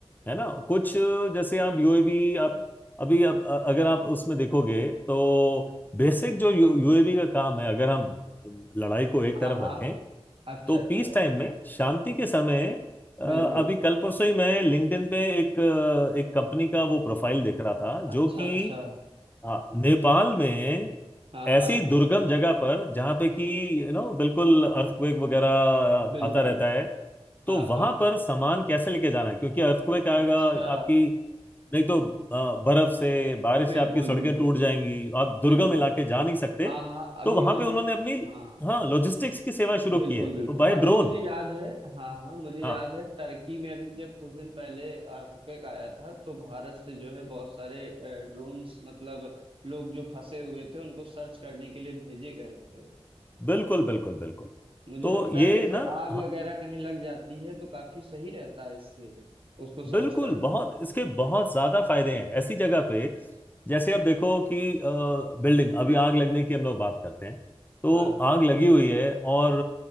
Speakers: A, on the left; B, on the right.
A: है ना कुछ जैसे आप यूएवी आप अभी आप अ- अगर आप उसमें देखोगे तो बेसिक जो यूएवी का काम है अगर हम लड़ाई को एक
B: हाँ
A: तरफ
B: हाँ
A: रखें
B: अच्छा
A: तो
B: अच्छा
A: पीस टाइम में शांति के समय अ,
B: बिल्कुल
A: अभी कल परसों ही मैं लिंक्डइन पे एक अ, एक कंपनी का वो प्रोफाइल देख रहा था
B: अच्छा
A: जो कि
B: अच्छा
A: अ, नेपाल में
B: हाँ
A: ऐसी
B: हाँ
A: दुर्गम जगह पर जहां पे कि यू नो बिल्कुल अर्थक्वेक वगैरह
B: बिल्कुल
A: आता रहता है तो
B: हाँ
A: वहां
B: हाँ
A: पर सामान कैसे लेके जाना है? क्योंकि अर्थक्वेक आएगा
B: अच्छा
A: आपकी नहीं तो अ, बर्फ से बारिश
B: बिल्कुल
A: से आपकी सड़कें
B: बिल्कुल
A: टूट जाएंगी आप दुर्गम
B: बिल्कुल
A: इलाके जा नहीं सकते
B: हाँ हाँ
A: तो
B: अभी
A: वहां
B: मुझे
A: पे उन्होंने अपनी
B: हाँ हाँ।
A: हाँ लॉजिस्टिक्स की सेवा शुरू
B: बिल्कुल
A: की है
B: बिल्कुल
A: तो बाय
B: अभी
A: ड्रोन
B: मुझे याद है हाँ हाँ मुझे याद
A: हाँ
B: है टर्की में अभी जब कुछ दिन पहले अर्थक्वेक आया था तो भारत से जो है बहुत सारे ड्रोन्स मतलब लोग जो फंसे हुए थे उनको सर्च करने के लिए भेजे गए थे
A: बिल्कुल बिल्कुल बिल्कुल
B: मुझे
A: तो
B: लगता
A: ये
B: है जैसे
A: ना
B: आग
A: हाँ,
B: वगैरह कहीं लग जाती है तो काफी सही रहता है इससे उसको सर्च
A: बिल्कुल
B: करना
A: बहुत इसके बहुत ज्यादा फायदे हैं ऐसी जगह पे जैसे आप देखो कि अ, बिल्डिंग अभी आग लगने की हम लोग बात करते हैं तो
B: हाँ हाँ
A: आग लगी हुई है और